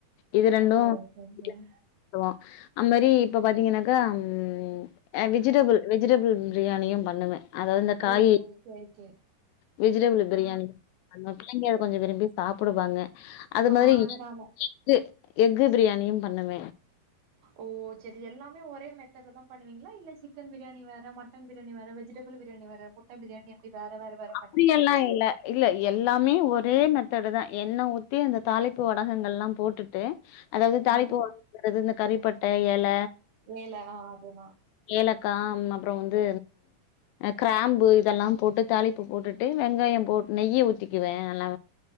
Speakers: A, on the left; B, on the right.
A: இது ரெண்டு
B: ஓ அப்டியா
A: செஞ்சுருவோ அது மாரி இப்ப பாத்தீங்கன்னாக்கா ம் அ வெஜிடபிள் வெஜிடபிள் பிரியாணியு பண்ணுவ அதாவது இந்த காய்
B: ஓ சேரி சேரி
A: வெஜிடபிள் பிரியாணி
B: ஆ
A: <unintelligible> பிள்ளைங்க கொஞ்ச விரும்பி சாப்புடுவாங்க அது
B: ஆ
A: மாரி
B: அதனால
A: எ எஃகு பிரியாணியு பண்ணுவ
B: ஓ சேரி எல்லாமே ஒரே மெத்தட்ல தா பண்ணுவீங்களா இல்ல சிக்கன் பிரியாணி வேற மட்ட மட்டன் பிரியாணி வேற வெஜிடபிள் பிரியாணி வேற முட்ட பிரியாணி அப்டி வேற வேற வேற
A: அப்டி
B: பண்ணுவீங்களா
A: எல்லா இல்ல இல்ல எல்லாமே ஒரே மெத்தடு தா எண்ணெய் ஊத்தி அந்த தாளிப்பு வடகங்கள் எல்லா போட்டுட்டு அதாவது தாளிப்பு
B: ம்
A: வடகங்கறது இந்த கறிப்பட்ட இல
B: ஏல ஆகுமா
A: ஏலக்கா அப்ற வந்து கிராம்பு இதல்லா போட்டு தாளி உப்பு போட்டுட்டு வெங்காய போட் நெய்ய ஊத்திக்குவே நல்லா